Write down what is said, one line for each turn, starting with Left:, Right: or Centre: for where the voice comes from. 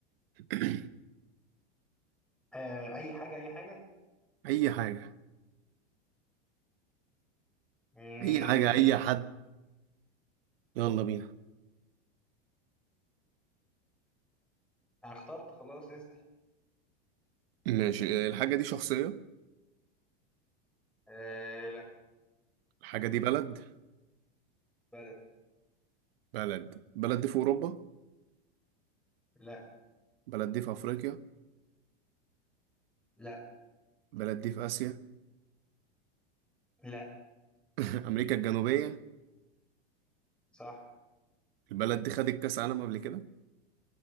Right: <clears throat>
Centre: آه اي حاجة اي حاجة
Right: اي حاجة
Centre: مم،
Right: اي حاجة
Centre: ماشي
Right: اي حد يلا بينا
Centre: انا اخترت خلاص اسأل
Right: ماشي الحاجة دي شخصية
Centre: آه لا
Right: الحاجة دي بلد
Centre: بدأ
Right: بلد بلد دي في أوروبا
Centre: لا
Right: بلد دي في أفريقيا
Centre: لا
Right: بلد دي في آسيا
Centre: لا
Right: <clears throat> <laughs> أمريكا الجنوبية
Centre: صح
Right: البلد دي خدت كأس عالم قبل كده